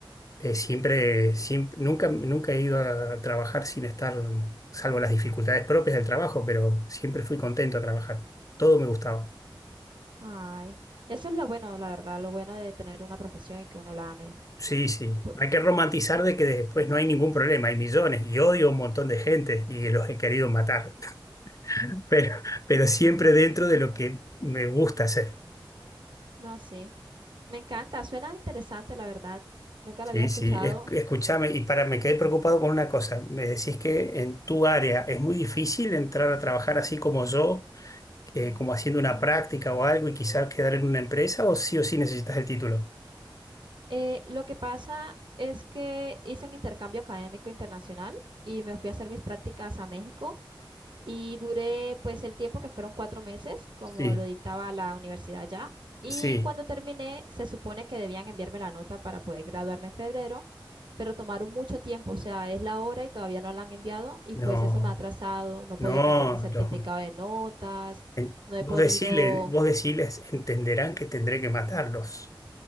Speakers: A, on the left (about 40°); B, on the right (about 65°).
A: Eh, siempre, siempre, nunca, nunca he ido a trabajar sin estar, salvo las dificultades propias del trabajo, pero siempre fui contento a trabajar. Todo me gustaba.
B: Ay, eso es lo bueno, la verdad, lo bueno de tener una profesión y que uno la ame.
A: Sí, sí.
B: Pu-
A: No hay que romantizar de que después no hay ningún problema, hay millones y odio a un montón de gente y los he querido matar, <laughs> pero, pero siempre dentro de lo que me gusta hacer.
B: no, sí. Me encanta, suena interesante, la verdad. Nunca
A: Sí,
B: lo había escuchado.
A: sí. Es- escúchame, y para, me quedé preocupado con una cosa. Me decís que en tu área es muy difícil entrar a trabajar así como yo, eh, como haciendo una práctica o algo y quizás quedar en una empresa o sí o sí necesitas el título.
B: Eh, lo que pasa es que hice un intercambio académico internacional y me fui a hacer mis prácticas a México. Y duré pues el tiempo que fueron cuatro meses, como
A: Sí,
B: lo dictaba la universidad ya. Y
A: sí.
B: cuando terminé, se supone que debían enviarme la nota para poder graduarme en febrero, pero tomaron mucho tiempo, o sea, es la hora y todavía no la han enviado y
A: No,
B: pues eso me ha atrasado, no he podido
A: no,
B: tener mi certificado
A: los
B: de notas,
A: En-
B: no he
A: vos
B: podido,
A: decile, vos deciles, entenderán que tendré que matarlos.